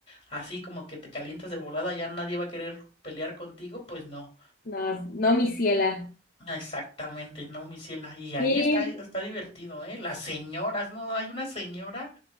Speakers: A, on the left; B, on the left.
A: así como que te calientes de volada ya nadie va a querer pelear contigo, pues no,
B: No, no, mi ciela.
A: exactamente, no, mi ciela, y ahí
B: Sí.
A: está, está divertido, ¿eh? Las señoras, no, hay una señora